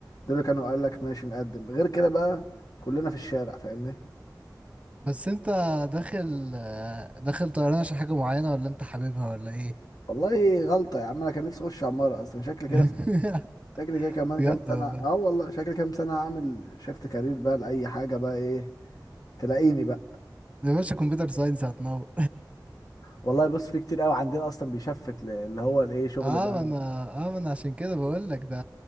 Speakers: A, on the left (about 55°); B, on the right (about 15°).
A: دول اللي كانوا قال لك ماشي نقدم غير كده بقى كلنا في الشارع فاهمني
B: بس انت داخل آه، داخل طيران عشان حاجة معينة ولا انت حاببها ولا ايه
A: والله غلطة يا عم أنا كان نفسي أخش عمارة أصلا شكلي
B: <laughs>
A: كده شكلي كده كمان
B: بجد
A: كام سنة
B: والله
A: أه والله شكلي كام سنة هعمل شيفت كارير بقى لأي حاجة بقى إيه تلاقيني بقى
B: يا باشا كمبيوتر ساينس هتنور
A: والله بص في كتير قوي عندنا أصلا بيشفت ل- اللي هو الإيه شغل
B: اه
A: بقى
B: ما انا اه ما انا عشان كده بقول لك ده